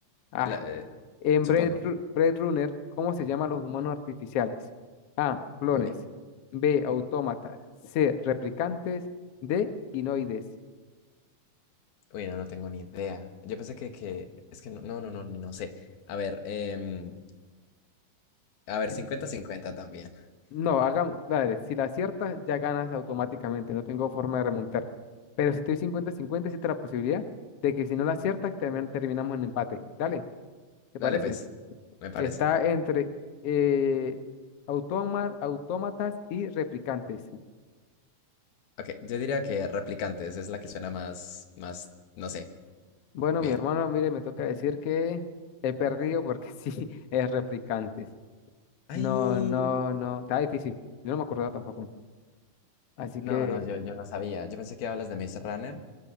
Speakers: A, on the left; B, on the left.
A: Ah,
B: La- eh,
A: En
B: supongo.
A: Blade, Ru- Blade Runner, ¿cómo se llaman los humanos artificiales? A. Clones.
B: Uy,
A: B. Autómatas. C. Replicantes. D. Ginoides.
B: uy, no, no tengo ni idea. Yo pensé que, que- es que no, no, no, no, no sé. A ver, em, a ver,
A: Si-
B: cincuenta-cincuenta también.
A: no, hagamos, dale, si la aciertas, ya ganas automáticamente. No tengo forma de remontar. Pero si estoy cincuenta-cincuenta, existe la posibilidad de que si no la aciertas, termin- terminamos en empate. Dale, ¿te parece?
B: Dale, pues, me parece.
A: Está entre eh, automa- autómatas y replicantes.
B: Ok, yo diría que Replicantes es la que suena más, más, no sé,
A: Bueno,
B: bien.
A: mi hermano, mire, me toca decir que he perdido porque <laughs> sí, es replicantes.
B: Ay,
A: No, no, no, está difícil. Yo no me acordaba tampoco. Así
B: no,
A: que,
B: no, yo, yo no sabía. Yo pensé que hablas de Maze Runner,